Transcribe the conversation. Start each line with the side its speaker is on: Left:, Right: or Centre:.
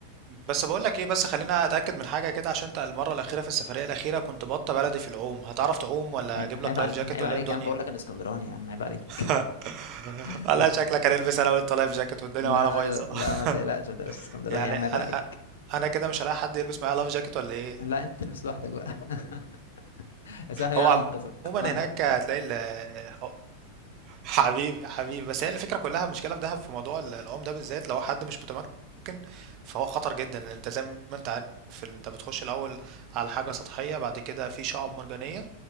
Right: بس بقول لك ايه بس خلينا اتاكد من حاجه كده عشان انت المره الاخيره في السفريه الاخيره كنت بطه بلدي في العوم هتعرف تعوم ولا
Left: يعني
Right: اجيب
Left: عيب
Right: لك لايف
Left: عليك
Right: جاكيت
Left: عيب
Right: ولا
Left: عليك
Right: إيه الدنيا
Left: يا عم بقول لك انا اسكندراني يا عم عيب عليك
Right: <laughs>
Left: <laughs>
Right: والله شكلك هنلبس انا وانت لايف جاكيت والدنيا
Left: لا
Right: معانا بايظه
Left: لا لا ما تقلقش ما تقلقش
Right: <laughs>
Left: اسكندراني
Right: يعني
Left: يا عم
Right: انا
Left: عيب عليك
Right: انا كده مش هلاقي حد يلبس معايا لايف جاكيت ولا ايه
Left: لا انت تلبس لوحدك بقى <laughs> يا صاحبي
Right: هو
Left: انا
Right: عموما
Left: انقذك انا انقذك
Right: هناك هتلاقي ال- حبيبي حبيبي بس هي الفكره كلها المشكله في دهب في موضوع ال- العوم ده بالذات لو حد مش متمكن فهو خطر جدا لأن انت زي ما انت عارف ال- انت بتخش الاول على حاجه سطحيه بعد كده في شعب مرجانيه